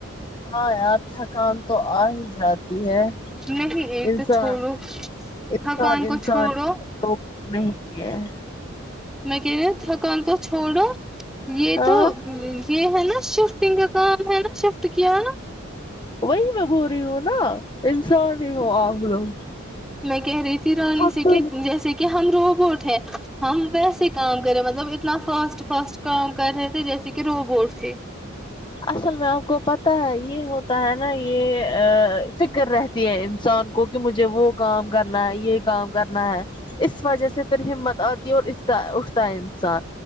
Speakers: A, on the left (about 20°); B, in the centre.
A: ہاں یار تھکان تو آ ہی جاتی ہے
B: نہیں ایک
A: انسان
B: تو چھوڑو تھکان
A: انسان
B: کو
A: انسان
B: چھوڑو
A: تو نہیں کیا ہے
B: میں کہہ تھکان کو چھوڑو یہ
A: ہاں
B: تو م م یہ ہے نہ شفٹنگ کا کام ہے نہ شفٹ کیا نہ
A: وہی میں بول رہی ہوں نہ انسان ہی ہو آپ لوگ
B: میں کہہ رہی تھی رانی
A: تھک
B: سے
A: تو
B: کہ جیسے کہ کہ ہم روبوٹ ہے ہم ویسے کام کریں مطلب اتنا فاسٹ فاسٹ کام کر رہے تھے جیسے کہ روبوٹس ہے
A: اصل میں آپ کو پتا ہے یہ ہوتا ہے نہ یہ آ فکر رہ تھی ہے انسان کو کہ مجھے وہ کام کرنا ہے یہ کام کرنا ہے اس وجہ سے پھر ہمت آتی ہے اور اس پے اٹھتا ہے انسان